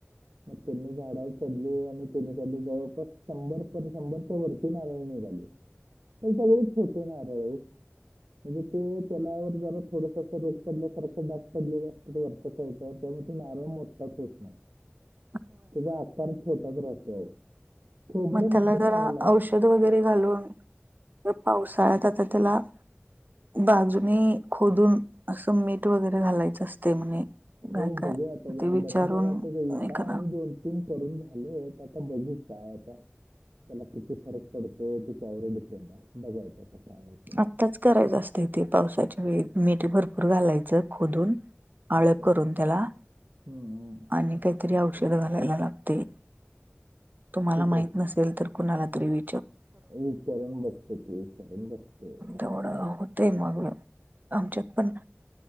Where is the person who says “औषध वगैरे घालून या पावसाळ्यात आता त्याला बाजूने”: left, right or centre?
Right